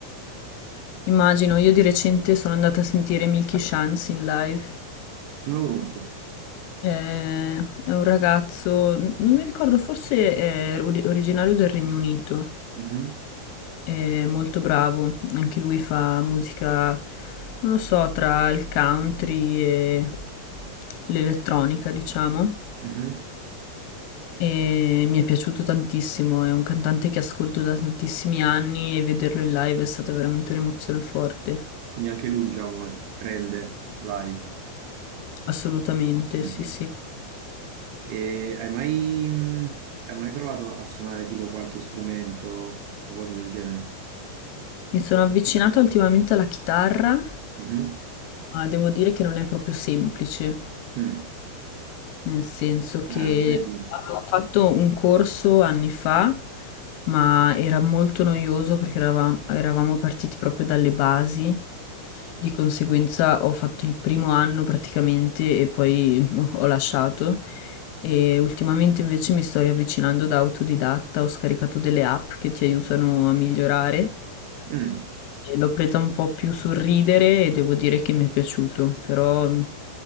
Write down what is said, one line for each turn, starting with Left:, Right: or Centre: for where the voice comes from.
Left: Immagino, io di recente sono andata a sentire Milky Chance in live.
Right: Non lo conosco.
Left: Eh, È un ragazzo, n- non mi ricordo, forse è ori- originario del Regno Unito.
Right: Mhm,
Left: È molto bravo, anche lui fa musica, non lo so, tra il country e l'elettronica, diciamo.
Right: mhm.
Left: E mi è piaciuto tantissimo, è un cantante che ascolto da tantissimi anni e vederlo in live è stata veramente un'emozione forte.
Right: Quindi anche lui, diciamo, eh, rende live.
Left: Assolutamente,
Right: Mhm.
Left: sì, sì.
Right: E hai mai, mh, hai mai provato a suonare tipo qualche strumento o cosa del genere?
Left: Mi sono avvicinata ultimamente alla chitarra,
Right: Mhm.
Left: ma devo dire che non è proprio semplice.
Right: Mm.
Left: nel senso che
Right: Ah, eh, dimmi.
Left: avevo fatto un corso anni fa, ma era molto noioso perché erava- eravamo partiti proprio dalle basi, di conseguenza ho fatto il primo anno praticamente e poi <laughs> ho lasciato. E ultimamente invece mi sto riavvicinando da autodidatta, ho scaricato delle app che ti aiutano a migliorare.
Right: Mm.
Left: E L'ho presa un po' più sul ridere e devo dire che mi è piaciuto, però mm,